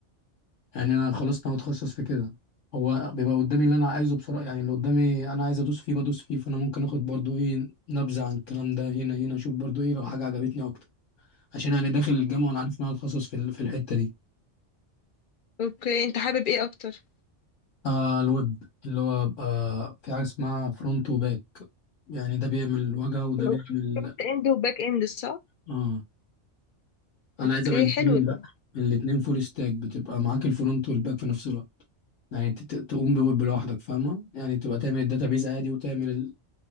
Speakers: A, on the left; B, on the left.
A: يعني انا خلاص انا متخصص في كده هو بيبقى قدامي اللي انا عايزه بسرعه يعني اللي قدامي انا عايز ادوس فيه بدوس فيه فانا ممكن اخد برضو ايه نبذه عن الكلام ده هنا هنا اشوف برضو ايه لو حاجه عجبتني اكتر عشان يعني داخل الجامعه وانا عارف ان انا اتخصص في ال- في الحته دي
B: أوكي أنت حابب ايه أكتر؟
A: آه الويب اللي هو بقى في حاجه اسمها فرونت وباك يعني ده بيعمل واجهه وده
B: حلو
A: بيعمل
B: فرونت اند وباك اند صح
A: اه انا
B: اوكي
A: عايز ابقى الاثنين
B: حلو ده
A: بقى الاثنين فول ستاك بتبقى معاك الفرونت والباك في نفس الوقت يعني ت- ت- تقوم بويب لوحدك فاهمة يعني تبقى تعمل الداتابيز عادي وتعمل